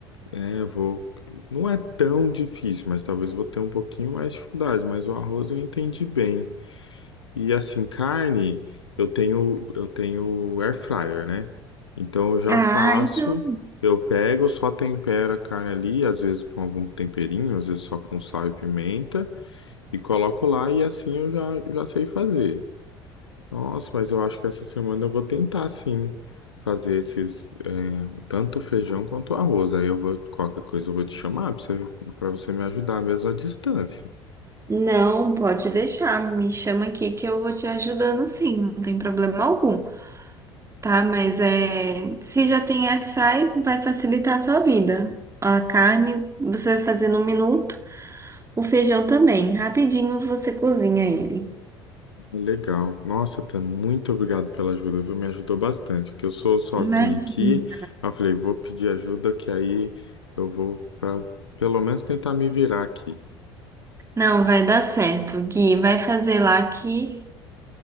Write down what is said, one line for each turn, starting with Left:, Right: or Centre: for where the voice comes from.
Left: é, eu vou. Não é tão difícil, mas talvez eu vou ter um pouquinho mais de dificuldade. Mas o arroz eu entendi bem. E assim, carne, eu tenho, eu tenho air fryer, né? Então eu já
Right: Ah,
Left: faço,
Right: então.
Left: eu pego, só tempero a carne ali, às vezes com algum temperinho, às vezes só com sal e pimenta, e coloco lá e assim eu já, já sei fazer. Nossa, mas eu acho que essa semana eu vou tentar sim fazer esses é, tanto feijão quanto arroz. Aí eu vou, qualquer coisa eu vou te chamar para você, pra você me ajudar mesmo à distância.
Right: Não, pode deixar, me chama aqui que eu vou te ajudando sim, não tem problema algum, tá? Mas é, se já tem airfry, vai facilitar a sua vida. A carne você vai fazer num minuto, o feijão também, rapidinho você cozinha ele.
Left: Legal. Nossa, Tan, muito obrigado pela ajuda, viu? Me ajudou bastante. Que eu sou sozinho
Right: Imagina.
Left: aqui. Aí eu falei, vou pedir ajuda, que aí eu vou para pelo menos tentar me virar aqui.
Right: Não, vai dar certo, Gui, vai fazer lá que